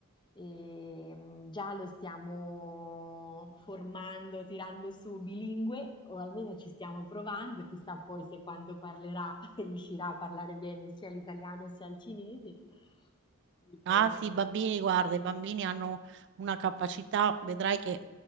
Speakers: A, on the left; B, on the right.
A: E, mm, già lo stiamo formando, tirando su bilingue, o almeno ci stiamo provando, chissà poi se quando parlerà <laughs> riuscirà a parlare bene sia l'italiano sia il cinese. E,
B: ah
A: mm,
B: sì, i bambini, guarda, i bambini hanno una capacità, vedrai che